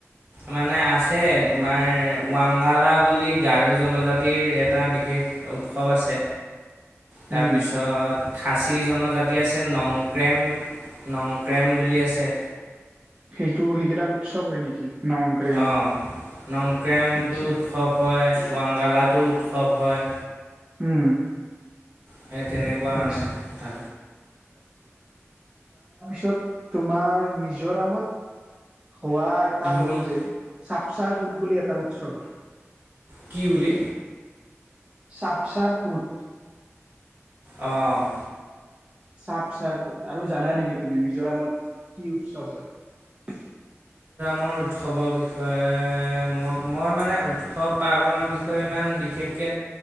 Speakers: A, on the right; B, on the right.
A: মানে আছে তোমাৰ ৱাংগালা বুলি গাৰো জনজাতিৰ এটা বিশেষ উৎসৱ আছে। তাৰপিছত
B: উম।
A: খাচী জনজাতি আছে নংক্ৰেম নংক্ৰেম বুলি আছে।
B: সেইটো সেইকেইটা উৎসৱ হয় নেকি। নংক্ৰেং
A: অ', নংক্ৰেমটো
B: আচ্ছা
A: উৎসৱ হয়। ৱাংগালাটো উৎসৱ হয়।
B: উম।
A: সেই তেনেকুৱা
B: আচ্ছা।
A: মানে কথা।
B: তো তোমাৰ মিজোৰামত হোৱা এটা
A: মি-
B: হ'ল যে। ছাপচাৰ কুট বুলি এটা উৎসৱ হয়।
A: কি বুলি?
B: ছাপচাৰ কুট।
A: অ'।
B: ছাপচাৰ কুট আৰু জানা নেকি তুমি মিজোৰামত কি উৎসৱ হয়?
A: <inaudible> উৎসৱৰ বিষয়ে মই মই মানে উৎস। উৎসৱ পাৰ্বণৰ বিষয়ে ইমান বিশেষকে,